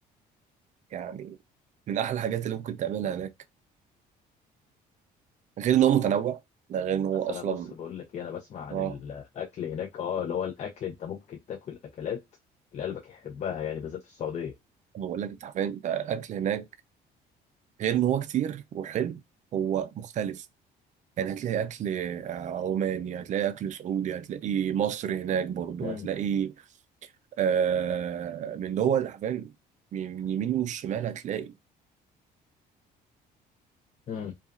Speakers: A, on the right (about 45°); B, on the left (about 40°).
A: يعني من احلى الحاجات اللي ممكن تعملها هناك غير ان هو متنوع ده غير ان هو
B: اصل
A: اصلا
B: انا بص بقول لك ايه انا بسمع عن
A: اه
B: الاكل هناك اه اللي هو الاكل انت ممكن تاكل اكلات اللي قلبك يحبها يعني بالذات في السعوديه
A: بقول لك انت عارفين انت اكل هناك غير ان هو كتير وحلو هو مختلف يعني هتلاقي اكل آه، عماني هتلاقي اكل سعودي هتلاقي مصري هناك برضو
B: امم
A: هتلاقي آه من دول حرفيا من من يمين والشمال هتلاقي
B: امم